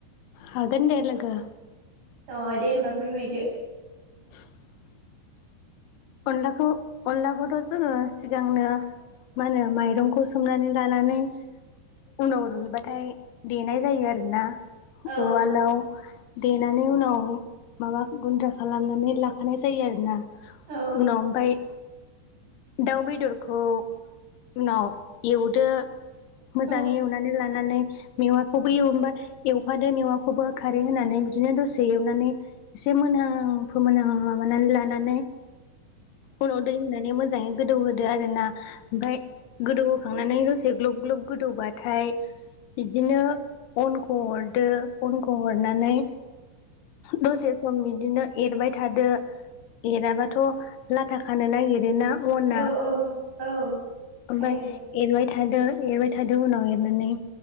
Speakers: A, on the left; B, on the right.
A: हागोन दे लोगो।
B: अ दे होमबा फोरमायदो।
A: <inaudible> अनलाखौ अनलाखौथ' जोङो सिगांनो मा होनो माइरंखौ सोमनानै लानानै उनाव
B: औ
A: रुइबाथाय देनाय जायो आरोना ।
B: औ
A: उवालाव देनानै उनाव माबा गुन्द्रा खालामनानै लाखानाय जायो आरोना
B: औ
A: उनाव ओमफ्राय दाउ बेदरखौ उनाव एवदो मोजाङै
B: औ
A: एवनानै ला नानै मेवाखौबो एवनोबा एवफादो मेवाखौबो खारै होनानै बिदिनो दसे एवनानै एसे मोनोनां फोमोनां माबानानै लानानै उनाव दै होनानै मोजाङै गोदौहोदो आरो ना ओमफाय गोदौहोखांनानै एसे ग्लब ग्लब गोदौबाथाय बिदिनो अनखौ हरदो अनखौ हरनानै दसे सम बिदिनो एरबाय थादो एराबाथ' लाथा खानो नागिरो ना अना
B: औ औ औ खायो
A: ओमफाय एरबाय थादो एरबाय थादो उनाव एरनानै